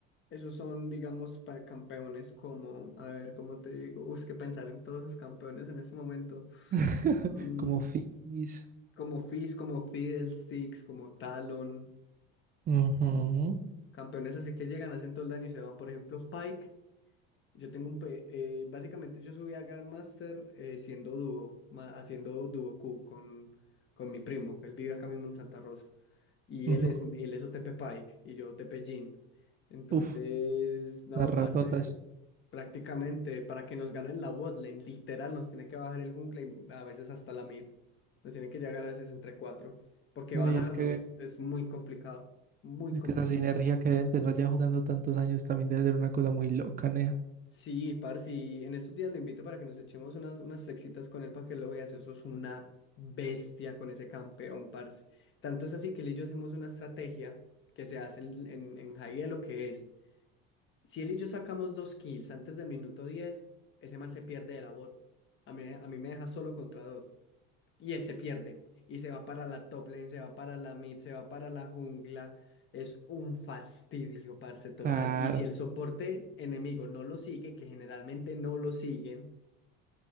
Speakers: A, on the left; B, on the right.
A: Esos son, digamos, pa- campeones como, a ver, ¿cómo te digo? Uy, es que pensar en todos esos campeones en este momento.
B: <laughs>
A: Mm,
B: Como Fizz.
A: como Fizz, como Fiddlesticks, como Talon.
B: Ujú,
A: Campeones así que llegan, hacen todo el daño y se van. Por ejemplo, Pike. Yo tengo un... pe- eh, básicamente yo subí a Grandmaster eh, siendo dúo, ma- haciendo dúo Q con, con mi primo. Él vive acá mismo en Santa Rosa. Y
B: ujú.
A: él es, él es OTP Pike y yo OTP Jhin. Entonces,
B: Uf,
A: no,
B: las ratotas.
A: parce, prácticamente para que nos ganen la botlane, literal, nos tiene que bajar el jungle y a veces hasta la mid. Nos tiene que llegar a veces entre cuatro, porque
B: No,
A: bajarnos
B: y es que,
A: es muy complicado, muy
B: es
A: complicado.
B: que esa sinergia que deben tener ya jugando tantos años también debe ser una cosa muy loca, nea.
A: Sí, parce, y en estos días lo invito para que nos echemos unas, unas flexitas con él para que lo veas. Eso es una bestia con ese campeón, parce. Tanto es así que él y yo hacemos una estrategia que se hace en, en, en high de lo que es. Si él y yo sacamos dos kills antes del minuto 10 ese man se pierde de la bot. A mí, a mí me deja solo contra dos y él se pierde y se va para la top lane, se va para la mid, se va para la jungla. Es un fastidio, parce, total.
B: Claro.
A: Y si el soporte enemigo no lo sigue, que generalmente no lo siguen,